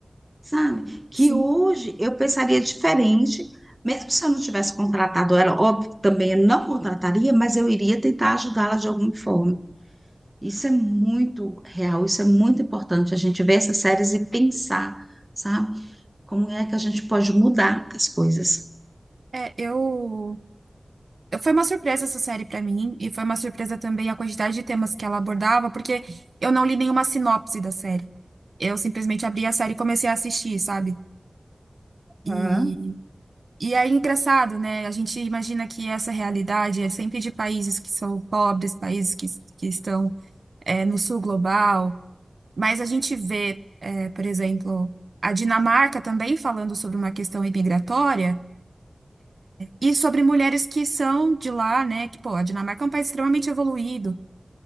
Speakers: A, on the right (about 15°); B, on the right (about 80°).
A: sabe? Que
B: sim.
A: hoje eu pensaria diferente, mesmo se eu não tivesse contratado ela, óbvio, que também eu não contrataria, mas eu iria tentar ajudá-la de alguma forma. Isso é muito real, isso é muito importante. A gente ver essas séries e pensar, sabe? Como é que a gente pode mudar as coisas.
B: É, eu. eu- Foi uma surpresa essa série pra mim, e foi uma surpresa também a quantidade de temas que ela abordava, porque eu não li nenhuma sinopse da série. Eu simplesmente abri a série e comecei a assistir, sabe? E
A: Aham.
B: E é engraçado, né? A gente imagina que essa realidade é sempre de países que são pobres, países que, que estão é, no sul global, mas a gente vê, é, por exemplo, a Dinamarca também falando sobre uma questão imigratória e sobre mulheres que são de lá, né? Que, pô, a Dinamarca é um país extremamente evoluído,